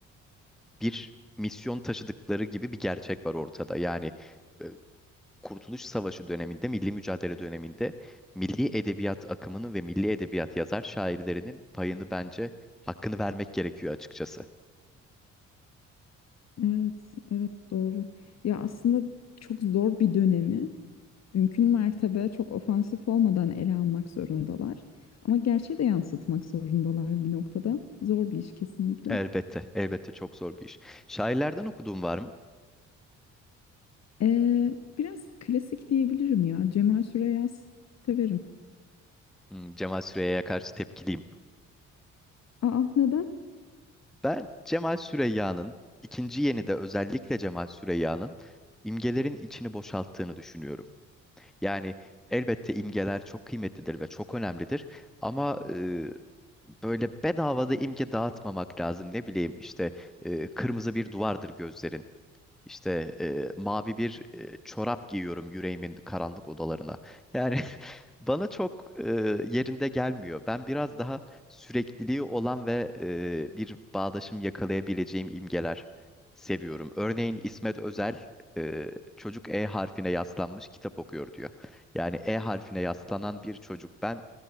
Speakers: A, in the centre; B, on the left.
A: bir misyon taşıdıkları gibi bir gerçek var ortada. Yani e, Kurtuluş Savaşı döneminde, milli mücadele döneminde milli edebiyat akımının ve milli edebiyat yazar şairlerinin payını bence hakkını vermek gerekiyor açıkçası.
B: evet, evet doğru. Ya aslında çok zor bir dönemi mümkün mertebe çok ofansif olmadan ele almak zorundalar. Ama gerçeği de yansıtmak zorundalar bir noktada. Zor bir iş kesinlikle.
A: Elbette, elbette çok zor bir iş. Şairlerden okuduğum var mı?
B: Ee, biraz klasik diyebilirim ya. Cemal Süreya severim.
A: Hmm, Cemal Süreyya'ya karşı tepkiliyim.
B: Aa neden?
A: Ben Cemal Süreyya'nın, ikinci yenide özellikle Cemal Süreyya'nın imgelerin içini boşalttığını düşünüyorum. Yani elbette imgeler çok kıymetlidir ve çok önemlidir ama e, böyle bedavada imge dağıtmamak lazım. Ne bileyim işte e, kırmızı bir duvardır gözlerin. İşte e, mavi bir e, çorap giyiyorum yüreğimin karanlık odalarına. Yani <laughs> bana çok e, yerinde gelmiyor. Ben biraz daha sürekliliği olan ve e, bir bağdaşım yakalayabileceğim imgeler seviyorum. Örneğin İsmet Özel e, çocuk E harfine yaslanmış kitap okuyor diyor. Yani E harfine yaslanan bir çocuk. Ben